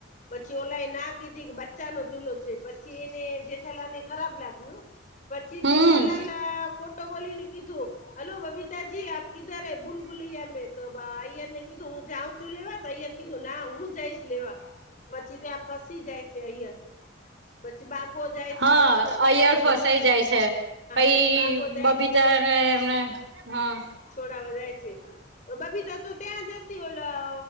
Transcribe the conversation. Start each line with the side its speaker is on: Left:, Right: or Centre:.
Left: પછી ઓલાએ ના કીધી કે બચ્ચાનો જૂલો છે, પછી એને જે જેઠાલાલે ખરાબ લાગ્યું પછી
Right: હમ
Left: ખોટો બોલીને કીધું હલો બબીતાજી આપ કીધર હે ભૂલ-ભૂલયા મેં તો અયાર ને કીધું હું જાઉં છું લેવા તો અયર કીધું ના હું જઈશ લેવા. પછી ત્યાં ફસી જાય છે એયર પછી બાગો જાય છે
Right: હા
Left: બાગો તૈ
Right: અયર
Left: કને
Right: ફસાઈ જાય છે પઈ
Left: પછી બાગો જાય
Right: બબીતા
Left: છે,
Right: ને એમને હા
Left: છોડાવા જાય છે. બબીતા તો ત્યાં જતી ઓલા